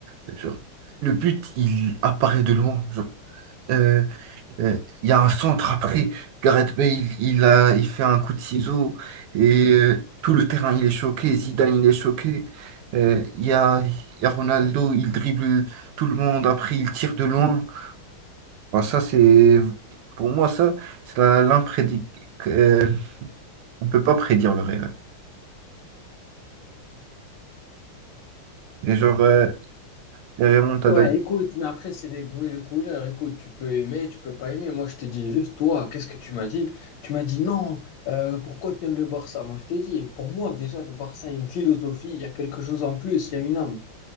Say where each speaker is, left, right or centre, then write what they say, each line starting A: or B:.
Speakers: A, on the right; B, on the left.
A: genre, le but il apparaît de loin. Genre, euh, euh, Il y a un centre après. Gareth Bale, il a, il fait un coup de ciseau et euh, tout le terrain, il est choqué. Zidane, il est choqué. Euh, Il y a, il y a Ronaldo, il dribble tout le monde. Après, il tire de loin. Enfin, ça, c'est, pour moi, ça, c'est la- l'imprédic. euh, on peut pas prédire le réel. Et genre, euh, les remontadas.
B: Ouais, écoute, mais après, c'est les goûts et les couleurs. Écoute, tu peux aimer, tu peux pas aimer. Moi, je t'ai dit juste, toi, qu'est-ce que tu m'as dit? Tu m'as dit non, euh, pourquoi t'aimes le Barça? Moi, je t'ai dit, pour moi, déjà, le Barça, il y a une philosophie, il y a quelque chose en plus, il y a une âme.